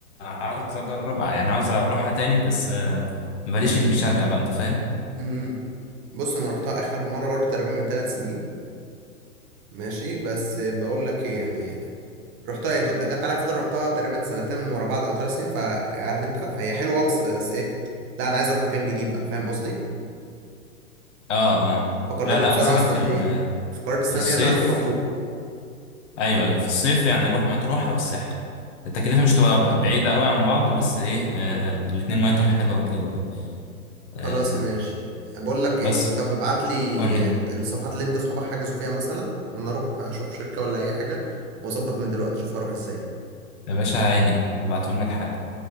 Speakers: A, on the left (about 50°); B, on the right (about 30°).
A: عاوز اجرب يعني عاوز اروحها تاني بس آه، ماليش اللي بيشجع بقى انت فاهم
B: امم امم. بص انا رحتها اخر مره برضو تقريبا من ثلاث سنين ماشي بس بقول لك ايه يعني رحتها يعني كنت جت عليا فتره رحتها تقريبا سنتين من ورا بعض او ثلاث سنين فعارف انت فهي حلوه اه، بس بس ايه لا انا عايز اروح مكان جديد بقى فاهم قصدي
A: اه اه
B: فقررت
A: لا لا
B: بصراحه
A: انصحك
B: السنه
A: في ال...
B: دي فقررت السنه
A: في الصيف
B: دي انا اروح مطروح
A: ايوه ايوه في الصيف يعني نروح مطروح او الساحل التكلفه
B: م-
A: مش تبقى ب- بعيده قوي عن بعض بس ايه آه الاتنين ميتهم حلوه وكده يعني. آه
B: خلاص ماشي بقول لك
A: بس
B: ايه طب ابعت لي
A: قول لي
B: الصفحات اللي انت اصحابك حجزوا فيها مثلا وانا اروح اشوف شركه ولا اي حاجه واظبط من دلوقتي اشوف هروح ازاي
A: يا باشا عيني ابعتهم لك حالا